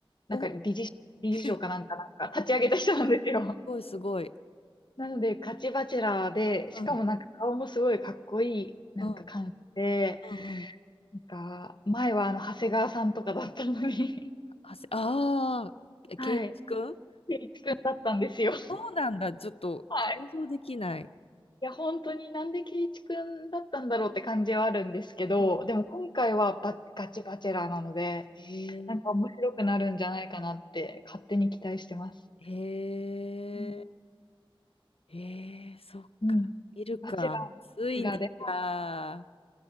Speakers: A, on the left; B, on the left.
A: なんか理事、
B: お、
A: 理事長かなんか、
B: <laughs>
A: なんか、立ち上げた人なんですよ。
B: えすごいすごい。
A: なので、ガチバチェラーで、
B: うん
A: しかもなんか顔もすごいかっこいい、なんか感じで、
B: うんうんうん。
A: なんか、前はあの、長谷川さんとかだったのに
B: あせ、ああ、
A: <laughs>
B: 圭一くん
A: はい。圭一くんだったんですよ。
B: そうなんだ。ちょっと想像できない。
A: はい。いや、本当になんで圭一くんだったんだろうって感じはあるんですけど、
B: うん
A: でも今回はバガチバチェラーなので、
B: へ
A: なんか面白くなるんじゃないかなって勝手に期待してます。
B: え、へえ、
A: うん。
B: へえ、そっか。
A: うんバチェラー、
B: 見るか。
A: バチェラーで。
B: ついにか。